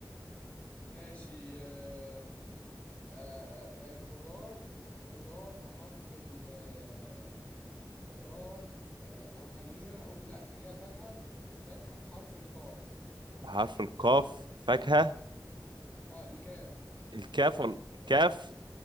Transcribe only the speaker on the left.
ماشي آه، آه، آه، آه، خضار خضار بحرف ال آه، خضار آه، او خلينا انا اقول لا خليها فاكهة فاكهة بحرف القاف
اه الكاف
سوري
الكاف